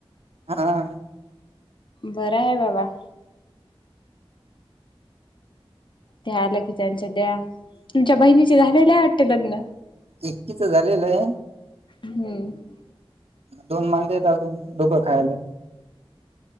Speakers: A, on the right (about 85°); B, on the left (about 55°).
A: आ हा.
B: बरं आहे बाबा. ते आलं की त्यांच्या द्या तुमच्या बहिणीचे झालेल्या वाटते लग्न.
A: एक्किचा झालेलं आहे.
B: हम्म
A: दोन मांगे येत आपून डोकं खायला.